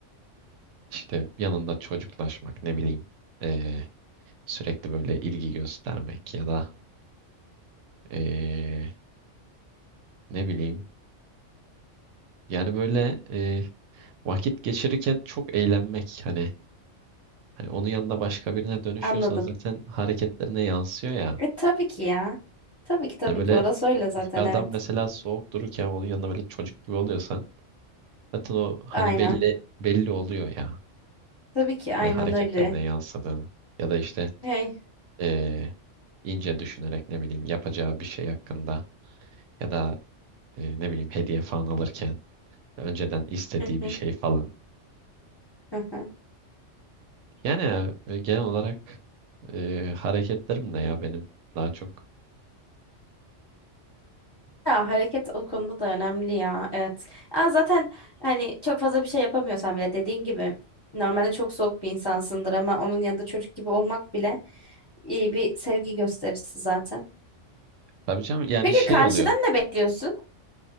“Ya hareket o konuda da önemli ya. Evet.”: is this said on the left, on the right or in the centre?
Left